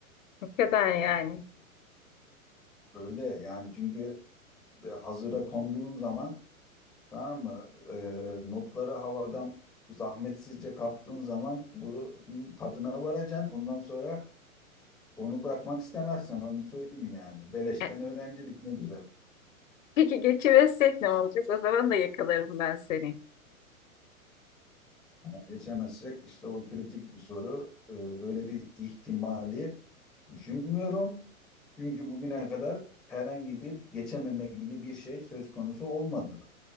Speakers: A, on the left; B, in the centre.
A: Ne kadar yani.
B: Öyle yani çünkü e, hazıra konduğun zaman tamam mı? E, notları havadan zahmetsizce kaptığın zaman bunun tadına varacaksın. Ondan sonra onu bırakmak istemezsen onu söyleyeyim yani. Beleşten
A: E,
B: öğrencilik ne güzel.
A: Peki geçiversek ne olacak? O zaman da yakalarım ben seni.
B: Yani geçemezsek işte o kritik bir soru. e, öyle bir ihtimali düşünmüyorum. Çünkü bugüne kadar herhangi bir geçememe gibi bir şey söz konusu olmadı.